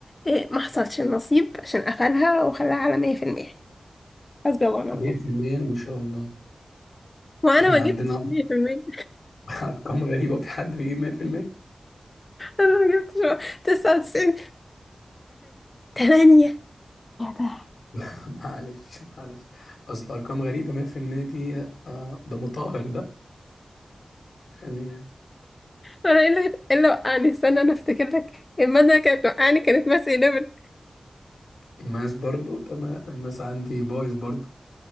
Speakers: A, on the left (about 35°); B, on the left (about 85°).
A: آه، ما حصلش النصيب عشان قفلها وخلاها على مية في المية حسبي الله ونعم
B: مية
A: الوكيل
B: في المية ما شاء الله
A: وأنا
B: احنا
A: ما
B: عندنا
A: جبتش مية في المية
B: <laughs> أرقام غريبة في حد بيجيب مية في المية
A: أنا ما جبتش تسعة وتسعين تمانية يا ده
B: <laughs> معلش معلش أصل أرقام غريبة مية في المية دي آه ده مطهر ده يعني
A: انا ايه اللي إيه اللي وقعني استنى انا افتكر لك المادة اللي كانت وقعني كانت ماس اي ليفل
B: الماس برضو تمام الماس عندي بايظ برضو